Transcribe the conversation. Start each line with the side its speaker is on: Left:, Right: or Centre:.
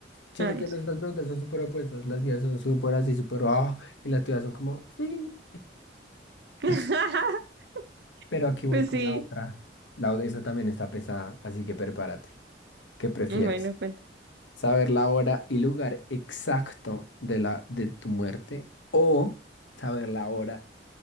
Left: Siento
Right: A ver.
Left: que nuestras preguntas son súper opuestas, las mías son súper así, súper, ah, y las tuyas son como, sí.
Right: <laughs>
Left: <laughs> Pero aquí voy
Right: Pues
Left: con
Right: sí,
Left: la otra. La, o- esta también está pesada, así que prepárate. ¿Qué prefieres?
Right: bueno, cuenta.
Left: ¿Saber la hora y lugar exacto de la de tu muerte o saber la hora